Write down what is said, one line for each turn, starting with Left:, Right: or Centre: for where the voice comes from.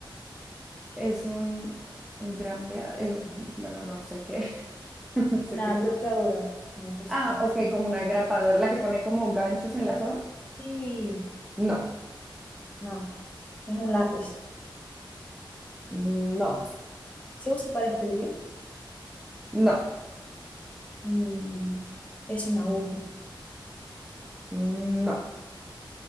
Centre: es un, un gran pea- es- bueno, no sé qué. <laughs> No sé
Left: Una
Centre: qué es.
Left: brochadora. Una cosita
Centre: Ah, ok,
Left: así.
Centre: como una grapadora, la que pone como ganchos en las hojas.
Left: Sí.
Centre: No,
Left: No, es un lápiz.
Centre: no,
Left: ¿Se usa para escribir?
Centre: no,
Left: Mm, es una aguja.
Centre: no.